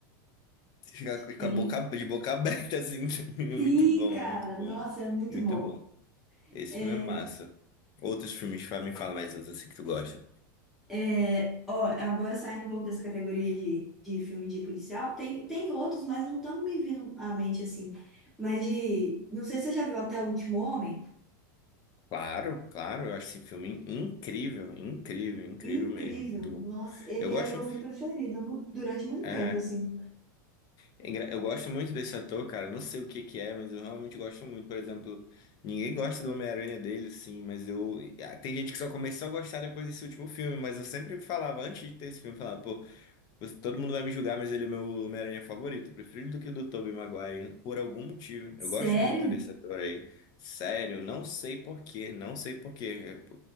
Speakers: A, on the left; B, in the centre.
A: você fica
B: Sim.
A: com a boca, de boca aberta, assim. <laughs> Muito
B: Sim,
A: bom,
B: cara.
A: muito bom,
B: Nossa, é muito
A: muito
B: bom.
A: bom. Esse
B: É,
A: filme é massa. Outros filmes, fa- me fala mais uns assim que tu gosta.
B: É, ó, agora saindo um pouco dessa categoria de, de filme de policial, tem, tem outros, mas não estão me vindo à mente assim. Mas de. Não sei se você já viu Até o Último Homem.
A: Claro, claro, eu acho esse filme incrível, incrível, incrível
B: Incrível.
A: mesmo, muito bom.
B: Nossa, ele
A: Eu gosto,
B: era meu filme preferido mu- durante muito
A: é,
B: tempo, assim.
A: é engra- eu gosto muito desse ator, cara, não sei o que que é, mas eu realmente gosto muito, por exemplo, ninguém gosta do Homem-Aranha dele, sim, mas eu, ah, tem gente que só começou a gostar depois desse último filme, mas eu sempre falava, antes de ter esse filme, eu falava, pô, você- todo mundo vai me julgar, mas ele é meu Homem-Aranha favorito, eu prefiro ele do que o do Tobey Maguire, por algum motivo,
B: Sério?
A: eu gosto muito desse ator aí, sério, não sei por quê, não sei por quê,